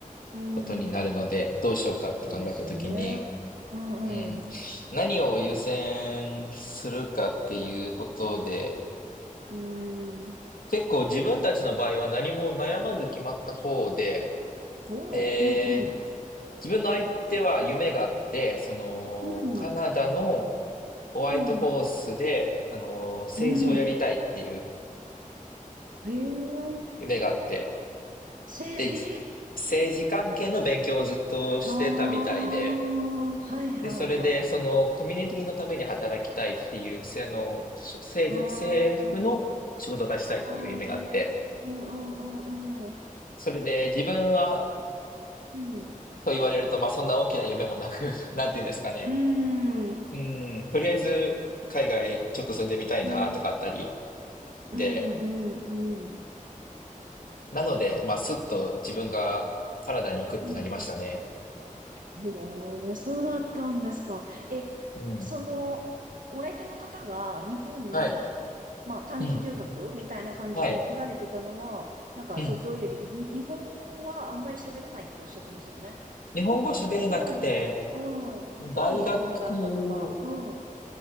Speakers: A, on the right; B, on the left.
A: うん
B: ことになるので、どうしようかって考えたときに、
A: そうですよね。うん、
B: うん、
A: うん、
B: 何を優先するかっていうことで、
A: うん、
B: 結構自分たちの場合は何も悩まず決まった方で、
A: おーうん、
B: で、
A: うん、
B: 自分の相手は夢があって、その、
A: うん、
B: カナダのホワイトホースで、
A: うん、
B: あの、政治をやりたいっていう
A: うん。へえ。
B: 夢があって、
A: 政治
B: で、じ政治関係の勉強をずっとしてたみたいで、
A: ああー、はいはいはい。
B: で、それで、その、コミュニティのために働きたいっていう、せあの、し政治、
A: あ
B: 政府の仕事がしたいっていう夢があって、
A: あ、うん、うんうんうんうん。
B: それで自分は
A: うん。
B: と言われると、まあそんな大きな夢もなく、<laughs> なんて言うんですかね。
A: うん。
B: うん、とりあえず海外ちょっと住んでみたいなとかあったり。
A: うん。うんうんうんうん。
B: で、なので、まあすっと自分がカナダに行くってなりましたね。
A: うん。へえ、そうだったんですか。え、
B: うん。
A: その、お相手の方が日本に、
B: はい。
A: まあ短期留学みたいな感じで来られてたのは、
B: うん。はい。
A: なんかそう、
B: うん。
A: どういうり、に日本語はあんまり喋れないっておっしゃってましたよね。
B: 日本語喋れなくて、
A: なんか日本、うん、日本に興味があったのか、
B: 大学、
A: うん、